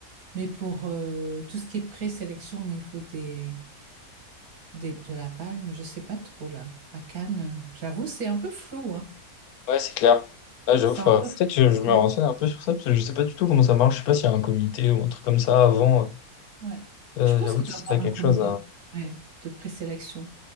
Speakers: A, on the right; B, on the left.
A: Mais pour euh, tout ce qui est présélection au niveau des Des- de la Palme, je sais pas trop là. À Cannes, euh, j'avoue, c'est un peu flou, hein.
B: Ouais, c'est clair. Là, j'avoue,
A: C'est
B: faudrait-
A: un peu
B: peut-être
A: flou.
B: que je, je me
A: Ouais,
B: renseigne un peu sur ça, parce que je sais pas du tout comment ça marche. Je sais pas s'il y a un comité ou un truc comme ça avant.
A: ouais.
B: Euh,
A: Je pense
B: j'avoue
A: qu'il
B: que
A: doit
B: c'est
A: y avoir
B: pas quelque
A: un comité
B: chose
A: de ouais, de présélection,